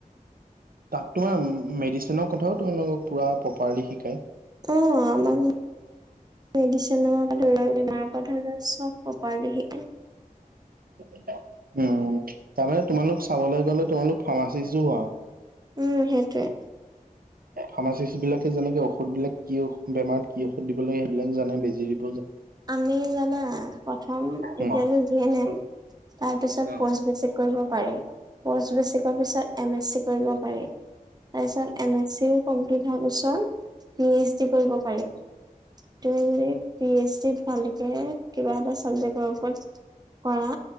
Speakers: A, on the right; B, on the right.
A: তাত তোমাৰ মেডিচিনৰ কথাও তোমালোকক পুৰা প্ৰপাৰলি শিকায়।
B: অ আমাক মেডিচিনৰ পৰা ধৰি লওক বেমাৰৰ পৰা ধৰি লও চব প্ৰপাৰলি শিকায়
A: <inaudible> উম তাৰমানে তোমালোক চাবলৈ গলে তোমালোক ফাৰ্মাচিষ্টো হোৱা <unintelligible>
B: উম সেইটোৱেই
A: ফাৰ্মাচিষ্টবিলাকে যেনেকে ঔষধবিলাক কি বেমাৰত কি ঔষধ দিব লাগে সেইবিলাক জানে বেজি দ
B: আমি জানা প্ৰথম এতিয়াতো
A: উম।
B: জিএনেম তাৰ পিছত
A: অ',
B: পষ্ট বেছিক কৰিব পাৰি পষ্ট বেচিকৰ পিছত এমএছচি কৰিব পাৰি তাৰ পিছত এমএছচিও কমপ্লিট তাৰ পিছত পিএইচডি কৰিব পাৰি তুমি যদি পিএইচডি ভালকে কিবা এটা চাব্জেক্টৰ ওপৰত কৰা